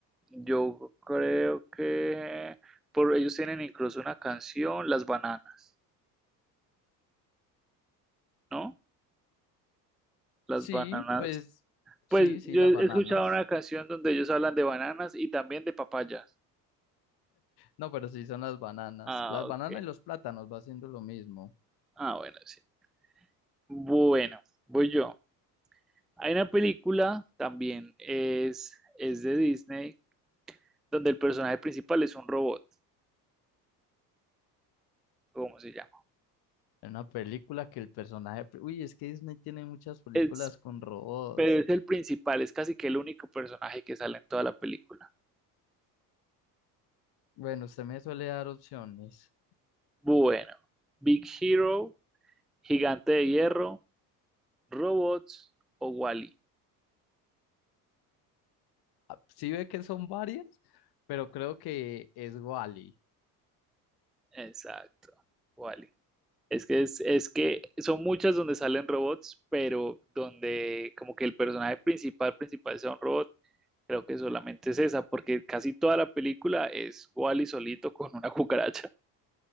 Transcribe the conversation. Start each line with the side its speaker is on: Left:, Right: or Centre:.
Centre: yo creo que por ellos tienen incluso una canción, Las Bananas, ¿no? Las
Left: Sí,
Centre: bananas.
Left: pues
Centre: Pues
Left: sí, sí,
Centre: yo
Left: las
Centre: he
Left: bananas.
Centre: escuchado una canción donde ellos hablan de bananas y también de papayas.
Left: No, pero sí son las bananas.
Centre: Ah,
Left: Las
Centre: ok.
Left: bananas y los plátanos va haciendo lo mismo.
Centre: Ah, bueno, sí. Bueno, voy yo. Hay una película también, es, es de Disney, donde el personaje principal es un robot. ¿Cómo se llama?
Left: En una película que el personaje... pri- Uy, es que Disney tiene muchas películas
Centre: es
Left: con robots.
Centre: pero es el principal, es casi que el único personaje que sale en toda la película.
Left: Bueno, usted me suele dar opciones.
Centre: Bueno, Big Hero, Gigante de Hierro, Robots o Wall-E
Left: Ah, Sí ve que son varias, pero creo que es Wally.
Centre: Exacto, Wall-E Es que, es, es que son muchas donde salen robots, pero donde como que el personaje principal, principal sea un robot, creo que solamente es esa, porque casi toda la película es Wall-E solito con una <laughs> cucaracha